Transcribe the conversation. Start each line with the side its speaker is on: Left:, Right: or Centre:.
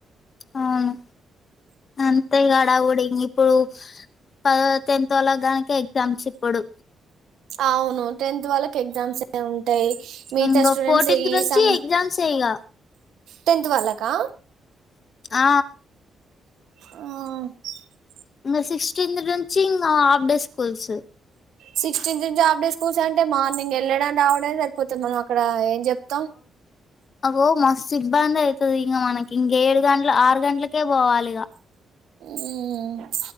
Left: అవును అంత గడా ఉడిగి ఇప్పుడు పదో టెన్త్ వాల గనిక ఎగ్జామ్స్ ఇప్పుడు
Right: అవును టెన్త్ వాళ్కు ఎగ్జామ్స్ ఏ ఉ టాయి మీగతా
Left: ఇంగ
Right: స్టూడెంట్స్
Left: ఫోర్టీన్త్
Right: ఈ
Left: నుంచి
Right: సమ్
Left: ఎగ్జామ్స్ ఇగ
Right: టెన్త్ వాళ్ళకా
Left: ఆ
Right: ఆ
Left: ఇగ సిస్టీన్త్ నుంచి ఇ హఫ్ డే స్కూల్స్
Right: సిక్స్టీన్త్ నుంచి ఆఫ్డే స్కూల్స్ అంటే మార్నింగ్ వెళ్ళడం, రావడమే సరిపోతుంది మనం అక్కడ ఏం చెప్తం
Left: అవో మస్తు ఇబ్బంది అయితది ఇంగ మనకి ఇంగ ఏడు గంటల, ఆరు గంటలకే పోవాలి ఇగ
Right: ఉఊ